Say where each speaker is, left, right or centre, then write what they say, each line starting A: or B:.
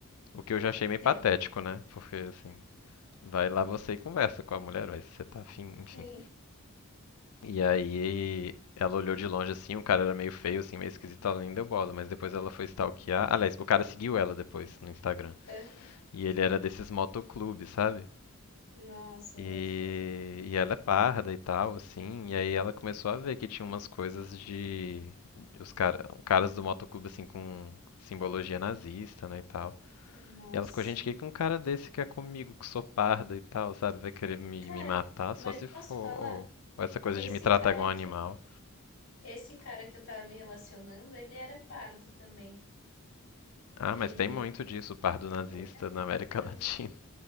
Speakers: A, on the left; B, on the left.
A: O que eu já achei meio
B: Quero
A: patético, né? Porque assim, vai lá você e conversa com a mulher, vai, se você tá afim, enfim.
B: sim.
A: E aí ela olhou de longe assim, o cara era meio feio, assim, meio esquisito, ela nem deu bola, mas depois ela foi stalkear. Aliás, o cara seguiu ela depois no Instagram.
B: Aham.
A: E ele era desses motoclubes, sabe?
B: Nossa,
A: E,
B: boto fé.
A: e ela é parda e tal, assim. E aí ela começou a ver que tinha umas coisas de. Os cara, caras do motoclube, assim, com simbologia nazista, né, e tal.
B: Nossa.
A: E ela ficou, gente, o que que um cara desse quer comigo, que sou parda e tal, sabe? Vai querer me,
B: Cara,
A: me matar
B: mas
A: só se for.
B: posso falar?
A: Ou essa coisa
B: Esse
A: de me tratar
B: cara
A: igual um animal.
B: que, esse cara que eu tava me relacionando, ele era pardo também.
A: Ah,
B: E,
A: mas tem muito disso, pardo
B: tipo,
A: nazista
B: é,
A: na América
B: então,
A: <laughs> Latina.